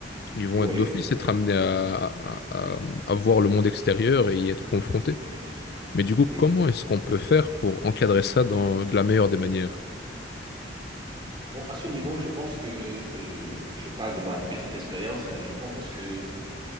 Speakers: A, on the left; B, on the right.
A: Ils vont
B: Oui,
A: être d'office être amenés à, à- à- à voir le monde extérieur et y être confrontés.
B: oui,
A: Mais du coup,
B: oui.
A: comment est-ce qu'on peut faire pour encadrer ça dans, de la meilleure des manières?
B: Bon, à ce niveau, je pense que euh, je parle de ma petite expérience. hein, je pense que